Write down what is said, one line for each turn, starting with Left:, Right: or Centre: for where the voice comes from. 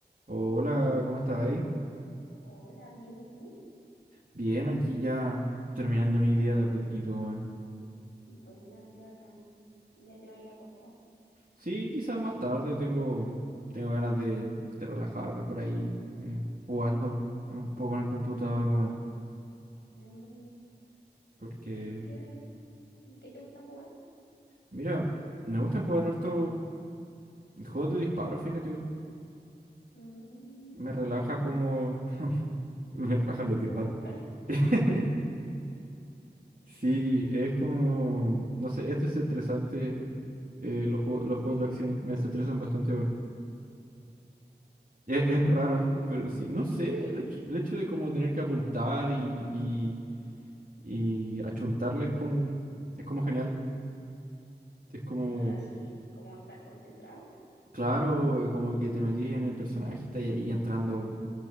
Right: Hola, ¿cómo estás ahí?
Left: Hola, bien, ¿y tú?
Right: Bien, aquí ya terminando mi día de a poquitito, weón.
Left: Buena, qué bacán. Ya te va a ir a acostar.
Right: Sí, quizás más tarde tengo, tengo ganas de, de relajarme por ahí eh, jugando un poco en el computador, weón.
Left: Mm,
Right: Porque,
Left: ¿Y qué, qué te gusta jugar?
Right: mira, me gusta jugar harto juegos de disparo, fíjate, weón.
Left: Mm,
Right: Me relaja como... <laughs> me relajan los
Left: ¿Lo
Right: disparos.
Left: te paro?
Right: <laughs>
Left: <laughs>
Right: Sí, es como, no sé, es desestresante eh, los juegos, los juegos de acción, me desestresan bastante, bueno. Es, es
Left: ¿Y por
Right: raro,
Left: qué?
Right: pero sí, no sé,
Left: Sí.
Right: el hecho, el hecho de como tener que apuntar y, y, y achuntarle es como, es como genial, es como,
Left: Ah, sí, como estar concentrado.
Right: claro, eh, como que te metís en el personaje y estás ahí entrando